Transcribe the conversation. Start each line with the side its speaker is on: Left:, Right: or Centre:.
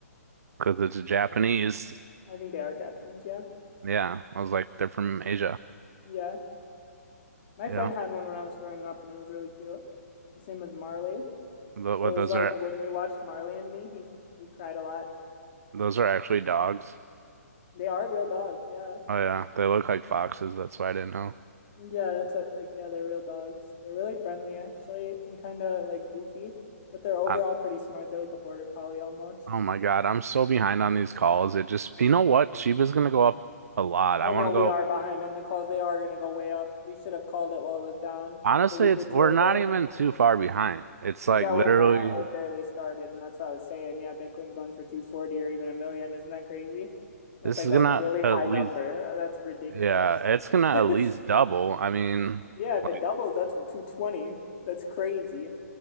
Right: Because it's Japanese.
Left: I think they are Japanese, yeah.
Right: Yeah, I was like, they're from Asia.
Left: Yeah. My
Right: Yeah,
Left: friend had one when I was growing up and it was really cute. His name was Marley.
Right: Tho-
Left: So
Right: what
Left: it was
Right: those
Left: like
Right: are
Left: when we watched Marley and me, he he cried a lot.
Right: those are actually dogs.
Left: They are real dogs, yeah.
Right: Oh yeah, they look like foxes. That's why I didn't know.
Left: Yeah, that's what like yeah, they're real dogs. They're really friendly actually and kind of like goofy, but they're overall
Right: I,
Left: pretty smart. They're like a border collie almost.
Right: oh my God, I'm so behind on these calls. It just, you know what? Shiba's gonna go up a lot.
Left: I
Right: I
Left: know
Right: want to
Left: we
Right: go.
Left: are behind on the calls. They are going to go way up. We should have called it while it was down
Right: Honestly,
Left: like a week
Right: it's
Left: or two
Right: we're
Left: ago.
Right: not even too far behind. It's
Left: Yeah,
Right: like literally,
Left: we're not. It barely started, and that's what I was saying. Yeah, Bitcoin's going for 240 or even a million. Isn't that crazy? That's
Right: this
Left: like
Right: is
Left: a
Right: gonna
Left: really
Right: at
Left: high number.
Right: least.
Left: That's ridiculous.
Right: Yeah, it's gonna at least
Left: <laughs>
Right: double. I mean,
Left: Yeah, if
Right: like,
Left: it doubles, that's 220. That's crazy.